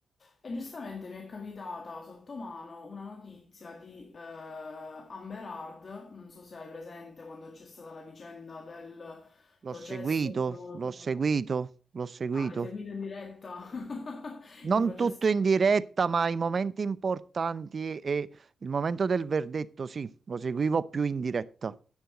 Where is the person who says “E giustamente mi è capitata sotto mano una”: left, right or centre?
Left